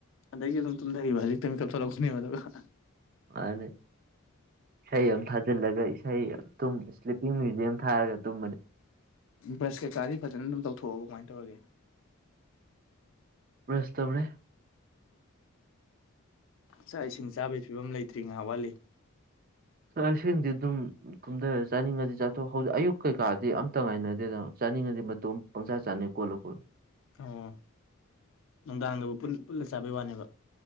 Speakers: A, on the left; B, on the right.
A: ꯑꯗꯒꯤ ꯑꯗꯨꯝ ꯇꯨꯝꯊꯈꯤꯕ ꯍꯧꯖꯤꯛꯇꯥ ꯃꯤꯀꯞ ꯊꯣꯛꯂꯛꯄꯅꯦꯕꯥ ꯑꯗꯨꯒ
B: ꯃꯅꯤ ꯏꯁꯩ ꯑꯃ ꯊꯥꯖꯤꯜꯂꯒ ꯏꯁꯩ ꯇꯨꯝ ꯏꯁ꯭ꯂꯤꯞꯄꯤꯡ ꯃ꯭ꯌꯨꯖꯤꯛ ꯊꯥꯔꯒ ꯇꯨꯝꯕꯅꯦ
A: ꯕ꯭ꯔꯁ ꯀꯩꯀꯥꯗꯤ ꯐꯖꯅ ꯑꯗꯨꯝ ꯇꯧꯊꯣꯛꯑꯣ ꯀꯃꯥꯏꯅ ꯇꯧꯔꯒꯦ
B: ꯕꯔ꯭ꯁ ꯇꯧꯔꯦ
A: ꯆꯥꯛ ꯏꯁꯤꯡ ꯆꯥꯕꯒꯤ ꯐꯤꯕꯝ ꯂꯩꯇ꯭ꯔꯤ ꯉꯥꯏꯍꯥ ꯋꯥꯠꯂꯤ
B: ꯆꯥꯛ ꯏꯁꯤꯡꯗꯤ ꯑꯗꯨꯝ ꯀꯨꯝꯊꯔꯒ ꯆꯥꯅꯤꯡꯉꯗꯤ ꯆꯥꯊꯣꯛ ꯍꯧꯖꯤꯛ ꯑꯌꯨꯛ ꯀꯩꯀꯥꯗꯤ ꯑꯝꯇ ꯉꯥꯏꯅꯗꯦꯗꯅ ꯆꯥꯅꯤꯡꯉꯗꯤ ꯃꯇꯣ ꯄꯪꯆꯥ ꯆꯥꯅꯩ ꯀꯣꯠꯂ ꯀꯣꯠꯂ
A: ꯑꯣ ꯅꯨꯡꯗꯥꯡꯗꯕꯨ ꯄꯨꯟ ꯄꯨꯜꯂ ꯆꯥꯕꯩ ꯋꯥꯅꯦꯕ